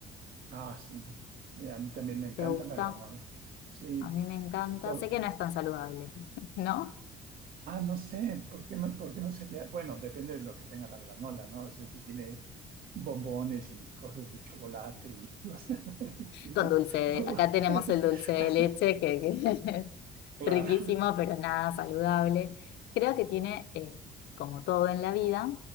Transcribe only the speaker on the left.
¿Te gusta?
A mí me encanta.
Sé que no es tan saludable, <laughs> ¿no?
con dulce
de,
acá tenemos el dulce de
leche que, que <laughs> es
riquísimo, pero nada saludable. Creo que tiene, eh, como todo en la vida,